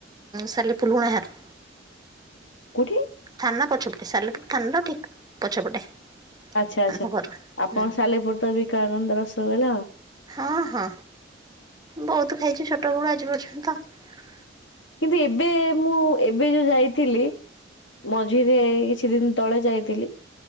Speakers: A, on the right; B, on the left.
A: ସାଲେପୁର <inaudible>
B: କୋଉଠି?
A: ଥାନା ପଛପଟେ ସାଲେପୁର ଥାନାର ଠିକ ପଛପଟେ।
B: ଆଚ୍ଛା ଆଚ୍ଛା,
A: ଆମ ଘର
B: ଆପଣ
A: ହୁଁ
B: ସାଲେପୁର ତ ବିକଳାନନ୍ଦ ରସଗୋଲା ଆଉ।
A: ହଁ ହଁ, ବହୁତୁ ଖାଇଛୁ ଛୋଟ ବଳୁ ଆଜି ପର୍ଯ୍ୟନ୍ତ ତ
B: କିନ୍ତୁ ଏବେ ମୁଁ ଏବେ ଯୋଉ ଯାଇଥିଲି ମଝିରେ ଏକି ଛି ଦିନ ତଳେ ଯାଇଥିଲି